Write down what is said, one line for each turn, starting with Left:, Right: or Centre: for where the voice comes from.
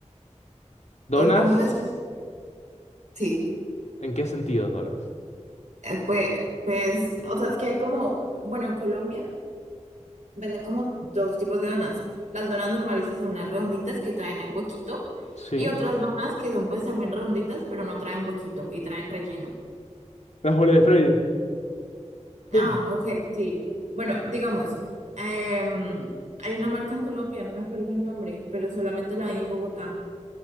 Left: ¿Donas?
Right: a mí las... Sí,
Left: ¿En qué sentido donas?
Right: eh, pues, pues, o sea, es que hay como, bueno, en Colombia venden como dos tipos de donas. Las donas normales que son las redonditas que traen el huequito
Left: Sí.
Right: y otras donas que son pues también redonditas, pero no traen huequito y traen relleno.
Left: Las bolas de fraile.
Right: Ah,
Left: Ah.
Right: ok, sí. Bueno, digamos, em, hay una marca en Colombia, no me acuerdo el nombre, pero solamente la hay en Bogotá